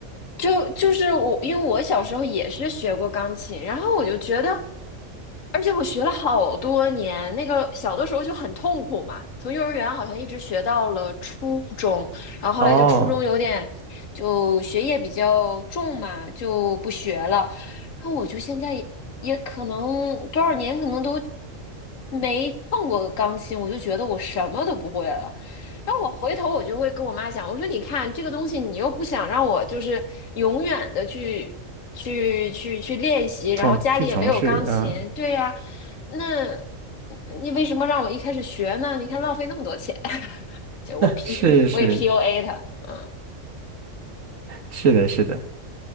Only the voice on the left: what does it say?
就就是我，因为我小时候也是学过钢琴，然后我就觉得，而且我学了好多年，那个小的时候就很痛苦嘛，从幼儿园好像一直学到了初中，然后后来就初中有点就学业比较重嘛，
就不学了，然后我就现在也也可能多少年可能都没碰过钢琴，我就觉得我什么都不会了。然后我回头我就会跟我妈讲，我说你看这个东西，你又不想让我就是永远的去去去去练习，然后家里也没有钢琴，
对呀、那你为什么让我一开始学呢？你看浪费那么多钱，<laughs> 就我 P
我也 PUA 他，嗯，